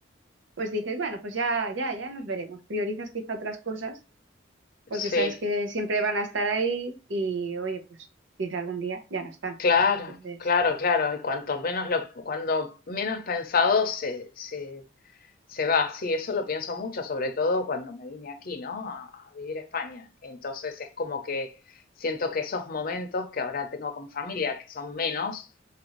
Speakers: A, on the right; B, on the left.
A: pues dices, bueno, pues ya, ya, ya nos veremos. Priorizas quizá otras cosas porque
B: sí,
A: sabes que siempre van a estar ahí y, oye, pues quizá algún día ya no están.
B: claro,
A: Entonces,
B: claro, claro. Y cuanto menos lo, cuando menos pensado se, se, se va. Sí, eso lo pienso mucho, sobre todo cuando me vine aquí, ¿no? A, a vivir a España. Entonces es como que siento que esos momentos que ahora tengo con familia, que son menos,